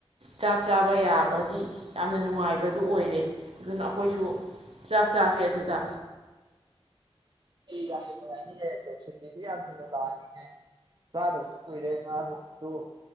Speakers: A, on the right; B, on the right.
A: ꯆꯥꯛ ꯆꯥꯕ ꯌꯥꯕꯒꯤ ꯌꯥꯝꯅ ꯅꯨꯡꯉꯥꯏꯕꯗꯨ ꯑꯣꯏꯔꯦ ꯑꯗꯨꯅ ꯑꯩꯈꯣꯏꯁꯨ ꯆꯥꯛ ꯆꯥꯁꯦ ꯑꯗꯨꯗ
B: ꯌꯥꯝ ꯅꯨꯡꯉꯥꯏꯅꯤꯌꯦ ꯑꯗꯣ ꯁꯨꯇꯤꯁꯨ ꯌꯥꯝ ꯊꯨꯅ ꯂꯥꯛꯑꯅꯤꯉ ꯆꯥꯗꯕꯁꯨ ꯀꯨꯏꯔꯦ ꯉꯥ ꯐꯣꯡꯕꯁꯨ